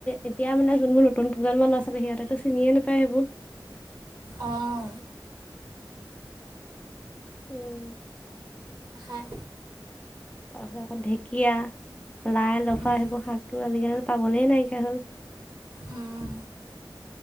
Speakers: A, on the left; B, on the right.
A: এতিয়া মানে যোন মোৰ নতুন প্ৰজন্ম ল'ৰা ছোৱলী সিহতেতো চিনিয়ে নাপায় সেইবোৰ হয়
B: আহ
A: উম
B: হয়
A: তাৰপিছত আকৌ ঢেকীয়া লাই লফা
B: উম,
A: সেইবোৰ শাকটো আজিকালি পাবলে নাইকিয়া হ'ল
B: উম,